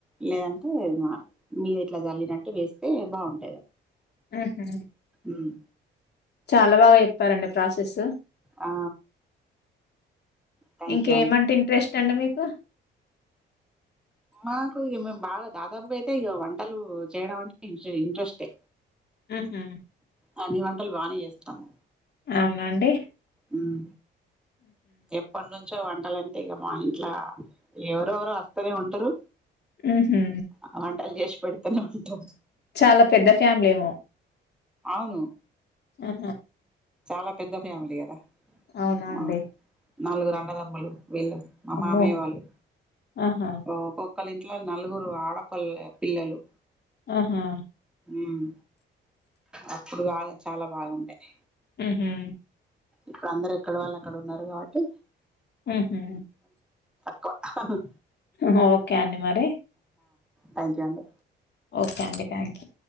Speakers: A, in the centre; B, on the left.
A: లేదంటే మ మీది ఇట్లా చల్లినట్టు వేస్తే బాగుంటు
B: ఉ హు
A: ఉమ్
B: చాలా బాగా చెప్ ప్పారండి ప్రాసెస్
A: ఆ థ్యాంక్
B: ఇంకేమంటే
A: యూ అండి
B: ఇంట్రెస్ట్ అండి మీకు
A: మాకు ఇగ మేము బాగా దాదాపుగా అయితే ఇగ వంటలు చేయడం అంటే ఇ ఇంట్రెస్టే
B: ఉ హు
A: అన్ని వంటలు బానే చేస్తాము
B: అవునాండి
A: ఉమ్ ఎప్పటి నుంచో వం టలంటే ఇగ మా ఇంట్ల ఎవరెవరో వస్తనే ఉంటరు
B: హుహు.
A: ఆ వంటలు చేసి పెడుతనే ఉంటాం
B: చాలా పెద్ద ఫ్యామిలీ ఏమో
A: అవును
B: ఆ
A: చాలా పెద్ద ఫ్యామిలీ కదా
B: అవునా
A: మా
B: అండి
A: నలుగురు అన్నదమ్ములు వీళ్లు మా
B: అమ్మో!
A: మామయ్య వాళ్ళు
B: ఆహా!
A: ఒకొ ఒకలా ఇంట్లో నలుగురు ఆడపల్ల పిల్లలు
B: అహా
A: ఉమ్ అప్పుడు ఆగ చాలా బాగుంటయ్
B: ఉ హు
A: ఇప్పుడందరు ఎక్కడ వాళ్ళు అక్కడ ఉన్నారు కాబట్టి
B: ఉహు
A: కువ
B: అహా ఓకే అండి మరి
A: థ్యాంక్యు అండి
B: ఓకే అండి థ్యాంక్యు